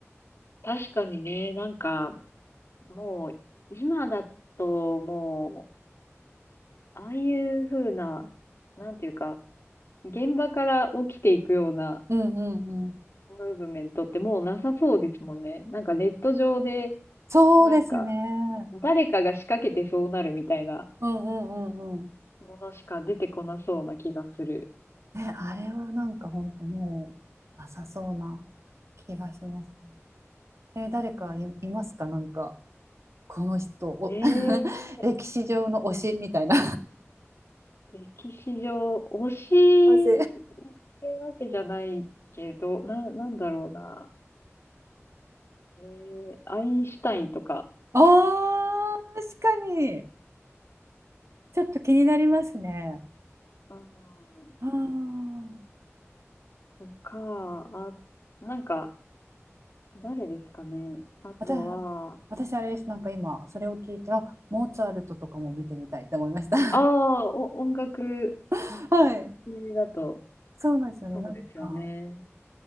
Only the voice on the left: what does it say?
確かにね、なんか、もう、今だと、もう、ああいう風な、なんていうか、現場から起きていくような
ムーブメントってもうなさそうですもんね。なんかネット上で、
なんか、誰かが仕掛けてそうなるみたいな
ものしか出てこなそうな気がする。
うん
ええ
歴史上、推しっ
てわけじゃないけど、な、なんだろうな。ね、アインシュタインとか、
うん、
とか、あ、なんか、誰ですかね。あとは、
ああ、お、音楽
系だと、
そうですよね。